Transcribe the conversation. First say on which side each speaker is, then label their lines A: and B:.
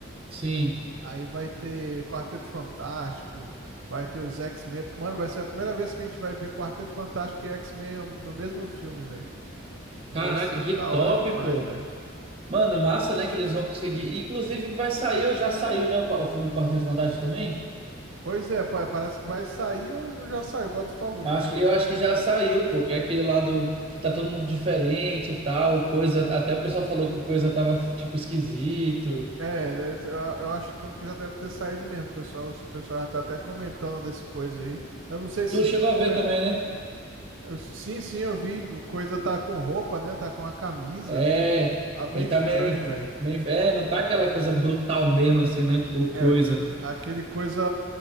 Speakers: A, on the right; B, on the right.
A: Sim.
B: Aí vai ter Quarteto Fantástico, vai ter os X-Men. Mano, vai ser a primeira vez que a gente vai ver Quarteto Fantástico e X-Men no mesmo filme, velho. Tipo,
A: Caraca,
B: vai ser
A: que
B: da
A: top,
B: hora demais,
A: pô.
B: velho.
A: Mano, massa, né, que eles vão conseguir. Inclusive vai sair, ou já saiu, né, o, qua- o filme do Quarteto Fantástico também?
B: Pois é, pa- parece que vai sair ou já saiu, igual tu falou,
A: Eu
B: mano.
A: acho, que-
B: Eu-
A: eu acho que já saiu, pô, que é aquele lá do que tá todo mundo diferente e tal, o coisa, até o pessoal falou que o coisa tava tipo esquisito.
B: É, é, eu eu acho então que já deve ter saído mesmo, pessoal. O pessoal já tá até comentando dessa coisa aí. Eu não sei se
A: Tu chegou
B: coment...
A: a ver também, né?
B: eu- Sim, sim, eu vi. O coisa tá com roupa, né? Tá com a camisa.
A: É,
B: Tá meio
A: ele
B: estranho,
A: tá meio,
B: velho.
A: meio. É, não tá aquela coisa brutal mesmo, assim, né? Ou coisa.
B: É, aquele coisa